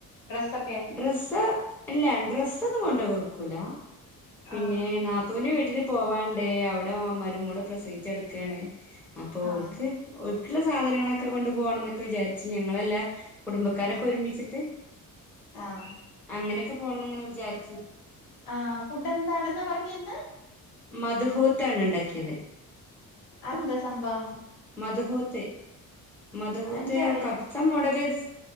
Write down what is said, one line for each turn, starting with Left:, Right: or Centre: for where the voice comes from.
Left: ഡ്രസ്സൊക്കെ
Centre: ഡ്രസ്സ് ഇല്ല ഡ്രസ്സ് ഒന്നും കൊണ്ട് കൊടുക്കൂല പിന്നെ
Left: ആഹ്
Centre: നാ ത്തൂന്റെ വീട്ടില് പോവാണ്ട് അവിടെ മരുമോള് പ്രസവിച്ചടക്കാണ് അപ്പൊ
Left: ആഹ്
Centre: ഒക്ക് ഒല്ക്ക്ള്ള സാധനങ്ങളൊക്കെ കൊണ്ട് പോണം എന്നൊക്കെ വിചാരിച്ച് ഞങ്ങളെല്ലാ കുടുംബക്കാരൊക്കെ
Left: ആഹ്
Centre: ഒരുമിച്ചിട്ട്
Left: ആഹ്
Centre: അങ്ങനെയൊക്കെ പോണംന്ന് ങ്ങനെ വിചാരിച്ചെ
Left: ആ ഫുഡ് എന്താണെന്നാ പറഞ്ഞെ എന്താ
Centre: മദ്ഹൂത്താണ് ണ്ടാക്കിയത്
Left: അതെന്താ സംഭവം
Centre: മദ്ഹൂത്ത് മദ്ഹൂത്ത്
Left: എനിക്കറി
Centre: കബ് സ മോഡലൊരു